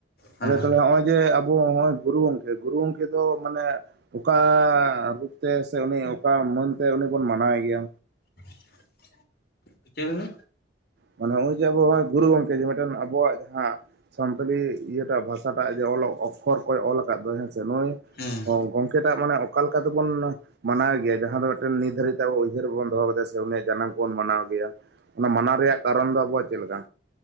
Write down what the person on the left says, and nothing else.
ᱦᱮᱸ
ᱪᱮᱫ ᱵᱤᱱ <unintelligible>
ᱦᱮᱸ